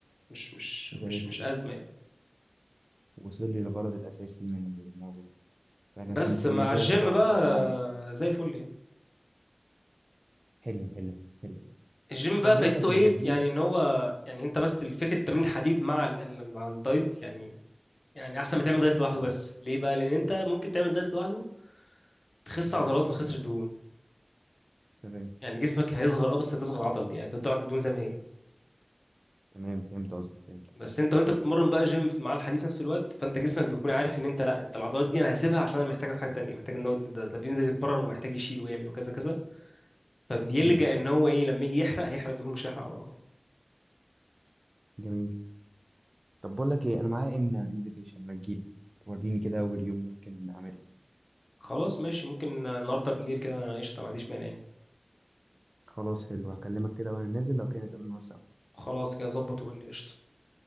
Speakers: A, on the left (about 70°); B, on the right (about 50°).
A: مش مش
B: زي
A: مش
B: الفل
A: مش ازمه يعني
B: وصل لي الغرض الأساسي من الموضوع فأنا
A: بس
B: كنت
A: مع
B: من غيرك
A: الجيم
B: ضايع
A: بقى
B: يا معلم
A: آه، زي الفل يعني
B: حلو حلو حلو
A: الجيم بقى
B: طب
A: فايدته
B: بقول لك
A: ايه
B: إيه ما تجيلي
A: يعني ان هو يعني انت بس فكره تمرين الحديد مع ال... ال- مع الدايت يعني يعني احسن ما تعمل دايت لوحده
B: تمام
A: بس ليه بقى لان انت ممكن تعمل دايت لوحده تخس
B: مم.
A: عضلات ما تخسش دهون
B: تمام
A: يعني جسمك هيصغر اه بس هتصغر عضل يعني تفضل عند الدهون زي ما هي
B: تمام فهمت قصدك فهمت
A: بس انت وانت بتتمرن بقى جيم في- مع الحديد في نفس الوقت فانت جسمك بيكون عارف ان انت لا انت العضلات دي انا هسيبها عشان انا محتاجها في حاجه تانية محتاج ان هو ده, ده بينزل يتمرن ومحتاج يشيل ويعمل وكذا كذا فبيلجأ
B: مم.
A: ان هو ايه لما يجي يحرق هيحرق دهون مش هيحرق عضلات
B: جميل طب بقول لك إيه أنا معايا إن انفيتيشن ما تجيلي توريني كده أول يوم ممكن أعمل إيه
A: خلاص ماشي ممكن النهارده بالليل كده أنا قشطه ما عنديش مانع يعني.
B: خلاص حلو هكلمك كده وأنا نازل لو كان نتقابل مرة سوا
A: خلاص كده ظبط وقول لي قشطة